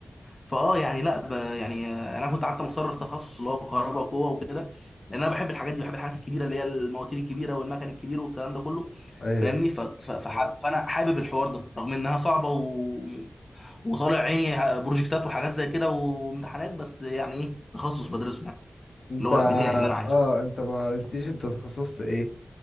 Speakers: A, on the left; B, on the left.
A: فاه يعني لا ب... يعني آه، انا كنت حتى مختار التخصص اللي هو كهرباء وقوه وكده لان انا بحب الحاجات دي بحب الحاجات الكبيره اللي هي المواتير الكبيره والمكن الكبير والكلام ده كله
B: ايوه
A: فاهمني ف- ف- فحب- فانا حابب الحوار ده رغم انها صعبه و... وطالع عيني ح- بروجكتات وحاجات زي كده وامتحانات بس يعني ايه تخصص بدرسه يعني
B: انت
A: اللي هو بتاعي اللي انا عايزه
B: اه انت ما قلتيش انت تخصصت ايه